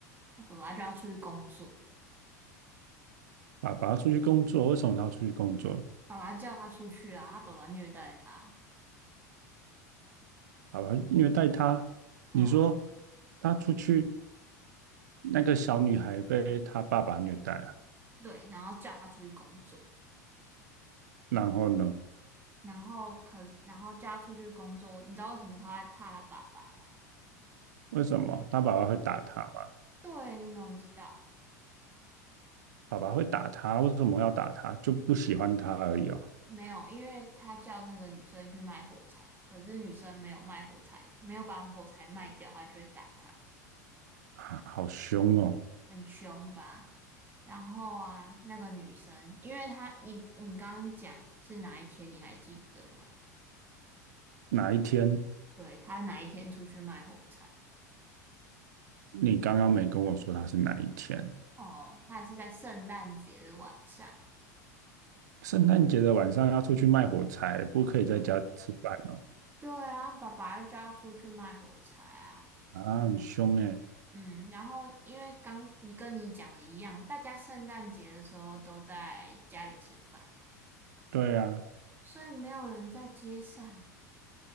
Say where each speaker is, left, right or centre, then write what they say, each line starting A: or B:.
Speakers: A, on the right; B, on the right.
A: 她爸爸就要出去工作，
B: 爸爸出去工作，为什么他要出去工作？
A: 爸爸叫她出去啊，她爸爸虐待她，
B: 爸爸虐待他。
A: 对啊，
B: 你说他出去，那个小女孩被他爸爸虐待啊？
A: 对，然后叫她出去工作。
B: 然后呢？
A: 然后可然后叫他出去工作，你知道为什么他会怕他爸爸吗？
B: 为什么他爸爸会打他吗？
A: 嗯，对，你怎么知道？
B: 爸爸会打他，为什么要打他？就不喜欢他而已哦，
A: 没有，因为他叫那个女生去卖火柴，可是女生没有卖火柴，没有把火柴卖掉，他就会打他，
B: 啊好凶哦。
A: 很凶吧？然后啊，那个女生，因为她，你你刚刚讲是哪一天，你还记得吗？
B: 哪一天？
A: 对，她哪一天出去卖火柴？
B: 你刚刚没跟我说他是哪一天？
A: 哦，她是在圣诞节的晚上。
B: 圣诞节的晚上要出去卖火柴，不可以在家吃饭哦。
A: 对对啊，爸爸就叫出去卖火柴啊。
B: 啊，很凶诶。
A: 嗯，然后因为刚你跟你讲的一样，大家圣诞节的时候都在家里吃饭，
B: 对啊，
A: 所以没有人在街上。